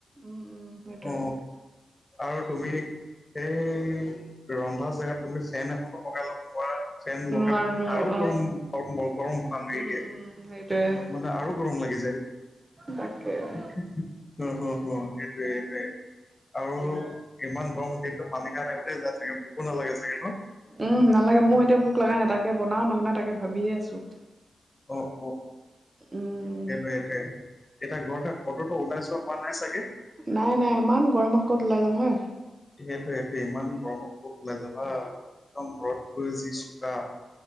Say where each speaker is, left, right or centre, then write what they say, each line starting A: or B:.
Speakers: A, on the right; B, on the left.
A: উম উম সেইটোয়ে
B: অ আৰু তুমি সেই ৰন্ধা জেগাত তুমি ফেন এখনো লগাই ল'ব পৰা ফেন লগাই
A: নোৱাৰো
B: মানে
A: নোৱাৰো
B: আৰু
A: অ
B: গৰম গৰম বতাহ মাৰি
A: উম
B: দিয়ে
A: উম সেইটোৱে
B: মানে আৰু গৰম লাগি যায়
A: তাকে
B: হ হ হ সেইটোৱে সেইটোৱে আৰু ইমান গৰম দিনতো পানী খাই থাকোতে যায় চাগে ভোকো নালাগে চাগে ন
A: উম নালাগে মোৰ এতিয়া ভোক লগা নাই তাকে বনাম নবনাও তাকে ভাবিহে আছো
B: অ অ অ
A: উম
B: সেইটোৱে সেইটোৱে এতিয়া ঘৰতে ক'তটো ওলাই যোৱা হোৱা নাই চাগে
A: নাই নাই ইমান গৰমত ক'ত ওলাই যাম হয়
B: সেইটোৱে সেইটোৱে ইমান গৰমত ক'ত ওলাই যাবা একদম ৰ'দটোৱে যি চোকা